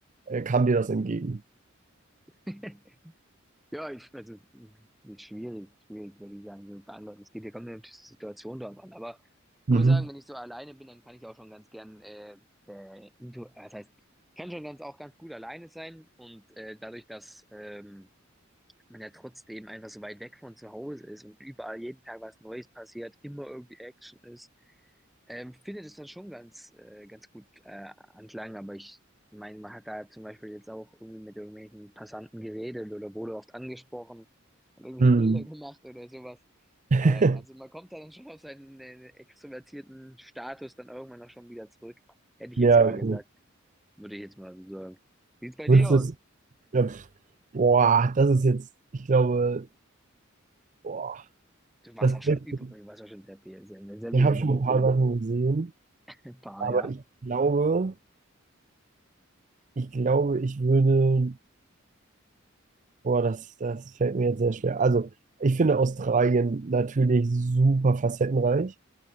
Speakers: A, on the right; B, in the centre.
A: äh, kam dir das entgegen?
B: <laughs> Ja, ich, also, ist schwierig, schwierig, würde ich sagen, so beantworten. Es geht ja kommt ja natürlich die Situation drauf an. Aber ich
A: Mhm.
B: muss sagen, wenn ich so alleine bin, dann kann ich auch schon ganz gern, äh, äh, into, äh, das heißt, ich kann schon ganz, auch ganz gut alleine sein. Und äh, dadurch, dass ähm, man ja trotzdem einfach so weit weg von zu Hause ist und überall jeden Tag was Neues passiert, immer irgendwie Action ist, ähm, finde das dann schon ganz, äh, ganz gut äh, anklang, aber ich meine, man hat da zum Beispiel jetzt auch irgendwie mit irgendwelchen Passanten geredet oder wurde oft angesprochen und irgendwie
A: Mhm.
B: <laughs> Bilder gemacht oder sowas.
A: <laughs>
B: Ähm, also man kommt da dann schon auf seinen äh, extrovertierten Status dann irgendwann auch schon wieder zurück. Hätte ich
A: Ja,
B: jetzt mal
A: okay.
B: gesagt, würde ich jetzt mal so sagen. Sieht's bei
A: Würdest
B: dir
A: du
B: aus?
A: es. Ja, pf. boah, das ist jetzt, ich glaube, boah,
B: Du warst
A: das
B: auch schon
A: Beste.
B: über, du warst auch schon sehr viel, sehr, sehr
A: Ich
B: viel
A: habe
B: unterwegs,
A: schon ein paar
B: ne?
A: Sachen gesehen,
B: <laughs> Ein paar
A: aber
B: ja
A: ich glaube, ich glaube, ich würde. Boah, das, das fällt mir jetzt sehr schwer. Also, ich finde Australien natürlich super facettenreich.